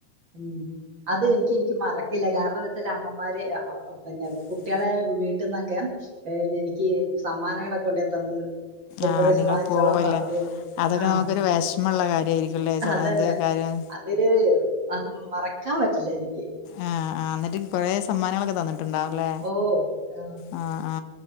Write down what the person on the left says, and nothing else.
പിന്നെ
ആഹ് നിങ്ങൾ
പോവല്ലേ
അതൊക്കെ
നമുക്കൊരു വിഷമമുള്ള കാര്യമായിരിക്കുംല്ലേ
അത് കാര്യം
ആ ആ ന്ന്ട്ട് കൊറേ സമ്മാനങ്ങളൊക്കെ തന്ന്ട്ട്ണ്ടാവും ലെ
ആ ആ